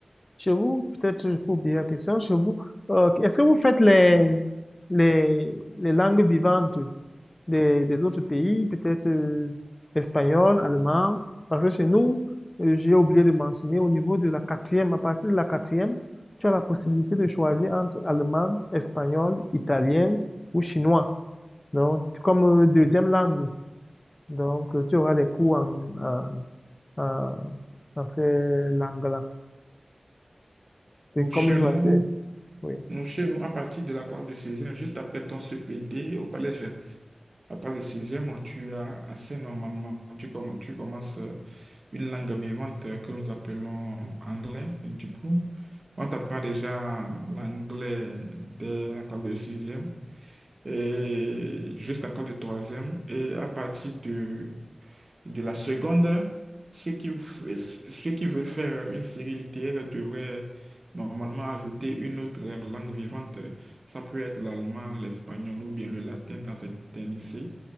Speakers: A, on the left; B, on the right.
A: chez vous, peut-être pour oublier la question, chez vous, euh, est-ce que vous faites les, les, les langues vivantes? des, des autres pays, peut-être euh, espagnol, allemand. Parce que chez nous, euh, j'ai oublié de mentionner, au niveau de la quatrième, à partir de la quatrième, tu as la possibilité de choisir entre allemand, espagnol, italien ou chinois. Donc, comme euh, deuxième langue. Donc, euh, tu auras les cours en, en, en, en ces langues-là. C'est
B: Nous,
A: comme
B: chez
A: une
B: nous,
A: matière. Oui,
B: nous, chez nous, à partir de la classe de 16 juste après ton CPD au collège, à partir de 16 tu as assez normalement, tu, comm- tu commences euh, une langue vivante euh, que nous appelons anglais. Et du coup, on t'apprend déjà l'anglais dès la classe de sixième et jusqu'à la classe de troisième Et à partir de de la seconde, ceux qui, f- ceux qui veulent faire une série littéraire devraient normalement ajouter une autre langue vivante. Ça peut être l'allemand, l'espagnol ou bien le latin dans certains lycées.